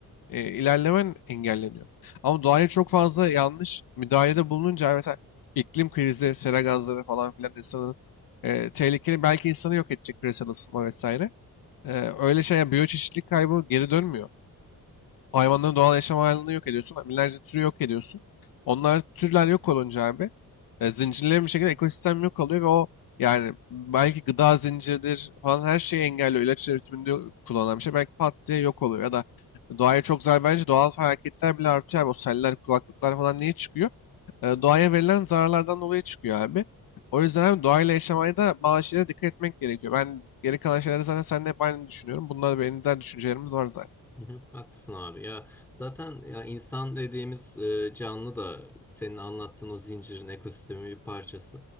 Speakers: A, on the left; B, in the centre.
A: e, ilerlemen engelleniyor. Ama doğaya çok fazla yanlış müdahalede bulununca mesela iklim krizi, sera gazları falan filan insanı e, tehlikeli belki insanı yok edecek küresel ısınma vesaire. E, öyle şey yani biyoçeşitlilik kaybı geri dönmüyor. O hayvanların doğal yaşam alanını yok ediyorsun. Binlerce türü yok ediyorsun. Onlar türler yok olunca abi e, zincirlerin bir şekilde ekosistem yok oluyor ve o yani belki gıda zinciridir falan her şeyi engelliyor. İlaç üretiminde kullanılan bir şey belki pat diye yok oluyor. Ya da doğaya çok zarar verince doğal felaketler bile artıyor abi. O seller, kulaklıklar falan niye çıkıyor? E, doğaya verilen zararlardan dolayı çıkıyor abi. O yüzden abi doğayla yaşamaya da bazı şeylere dikkat etmek gerekiyor. Ben geri kalan şeyleri zaten seninle hep aynı düşünüyorum. Bunlar benzer düşüncelerimiz var zaten.
B: Hı hı, Haklısın abi ya zaten ya insan dediğimiz e, canlı da senin anlattığın o zincirin ekosistemin bir parçası.